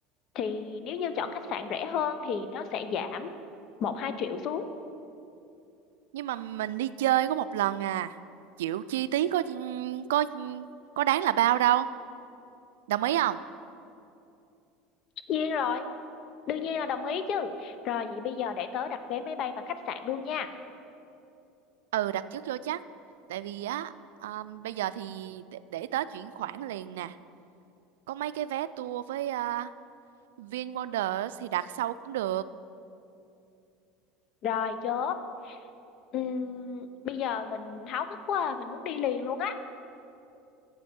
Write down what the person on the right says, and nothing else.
nhưng mà mình đi chơi có một lần à chịu chi phí có ừ, có ừ, có đáng là bao đâu đồng ý không
ừ đặt trước vô chắc tại vì á ờ, bây giờ thì để, để tớ chuyển khoản liền nè có mấy cái vé tour với uh, VinWonders thì đặt sau cũng được